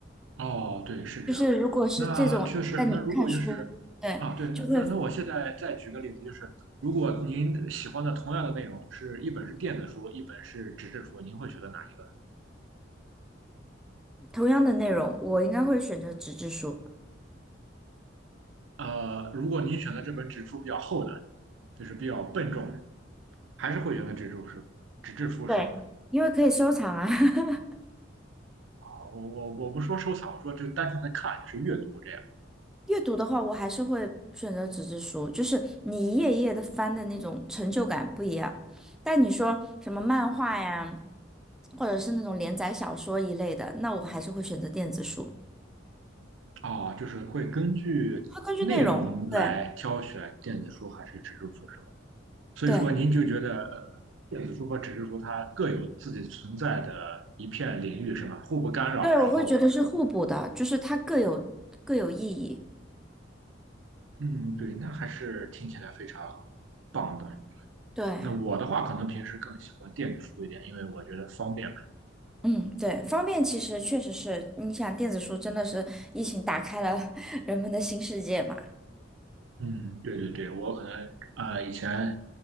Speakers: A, on the right; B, in the centre.
A: 哦，对，是这样。
B: 就是如果是这种，
A: 那确实，
B: 在你看书，
A: 那如果就是啊，
B: 对，
A: 对，那那那我现在再举个例子，
B: 就会
A: 就是如果您喜欢的同样的内容是一本是电子书，一本是纸质书，您会选择哪一
B: 同样的内容，我应该会选择纸质书，
A: 个呃，如果您选择这本纸质书比较厚的，就是比较笨重，还是会觉得纸质书、纸质书是吧？
B: 对，因为可以收藏啊。<laughs>
A: 啊，我我我不说收藏，我说就单纯的看，是阅读这样
B: 阅读的话，我还是会选择纸质书，就是你一页一页的翻的那种成就感不一样。但你说什么漫画呀，或者是那种连载小说一类的，那我还是会选择电子书。
A: 哦，就是会根据内容来挑选电子书还是纸质书是吧？
B: 它根据内容，对
A: 所以说您就觉得呃，
B: 对
A: 电子书和纸质书它各有自己存在的一片领域是吧？互不干扰，
B: 对，
A: 然后
B: 我会觉得是互补的，就是它各有各有意义。
A: 嗯，对，那还是听起来非常棒的。
B: 对，
A: 那我的话，可能平时更喜欢电子书一点，因为我觉得方便。
B: 嗯，对，方便其实确实是，你想电子书真的是疫情打开了 <laughs> 人们的新世界嘛？
A: 嗯，对对对，我可能啊、以前